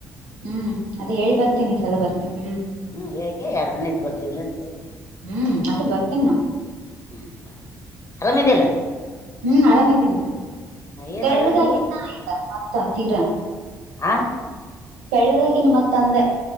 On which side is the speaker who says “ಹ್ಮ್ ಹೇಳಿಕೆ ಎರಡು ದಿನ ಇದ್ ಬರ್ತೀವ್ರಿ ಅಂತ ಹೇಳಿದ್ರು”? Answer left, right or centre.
Left